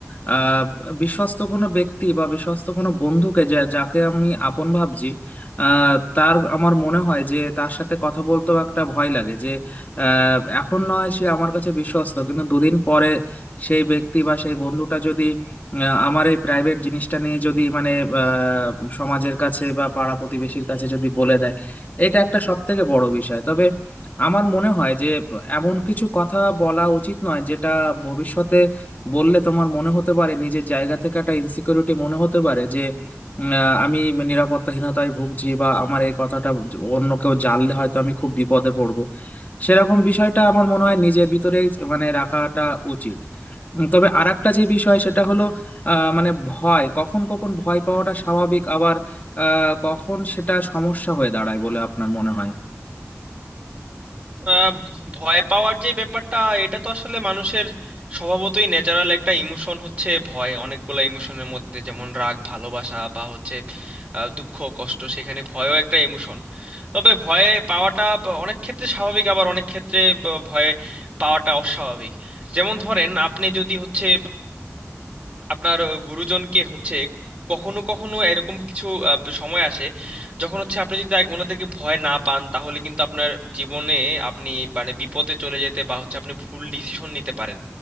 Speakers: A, on the left; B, on the right.
A: আহ, বিশ্বস্ত কোনো ব্যক্তি বা বিশ্বস্ত কোনো বন্ধুকে যা- যাকে আমি আপন ভাবছি আহ, তার আমার মনে হয় যে তার সাথে কথা বলতেও একটা ভয় লাগে যে আহ, এখন নয় সে আমার কাছে বিশ্বস্ত কিন্তু দুদিন পরে সেই ব্যক্তি বা সেই বন্ধুটা যদি আহ, আমার এই প্রাইভেট জিনিসটা নিয়ে যদি মানে আহ, সমাজের কাছে বা পাড়া প্রতিবেশীর কাছে যদি বলে দেয় এটা একটা সব থেকে বড় বিষয় তবে আমার মনে হয় যে এমন কিছু কথা বলা উচিত নয় যেটা ভবিষ্যতে বললে তোমার মনে হতে পারে নিজের জায়গা থেকে একটা ইনসিকিউরিটি মনে হতে পারে যে উম, আহ, আমি নিরাপত্তাহীনতায় ভুগছি বা আমার এই কথাটা অন্য কেউ জানলে হয়তো আমি খুব বিপদে পড়বো সেরকম বিষয়টা আমার মনে হয় নিজের ভিতরেই মানে রাখাটা উচিত উম, তবে আরেকটা যে বিষয় সেটা হলো আহ, মানে ভয় কখন কখন ভয় পাওয়াটা স্বাভাবিক আবার আহ, কখন সেটা সমস্যা হয়ে দাঁড়ায় বলে আপনার মনে হয়
B: আহ, ভয় পাওয়ার যে ব্যাপারটা এটা তো আসলে মানুষের স্বভাবতই ন্যাচারাল একটা ইমোশন হচ্ছে ভয় অনেকগুলো ইমোশনের মধ্যে যেমন রাগ ভালোবাসা বা হচ্ছে আহ, দুঃখ কষ্ট সেখানে ভয়ও একটা ইমোশন তবে ভয়ে পাওয়াটা ব- অনেক ক্ষেত্রে স্বাভাবিক আবার অনেক ক্ষেত্রে ব- ভয়ে পাওয়াটা অস্বাভাবিক যেমন ধরেন আপনি যদি হচ্ছে আপনার গুরুজনকে হচ্ছে কখনো কখনো এরকম কিছু আহ, সময় আসে যখন হচ্ছে আপনি যদি তাই- ওনাদেরকে ভয় না পান তাহলে কিন্তু আপনার জীবনে আপনি মানে বিপদে চলে যেতে বা হচ্ছে আপনি ভুল ডিসিশন নিতে পারেন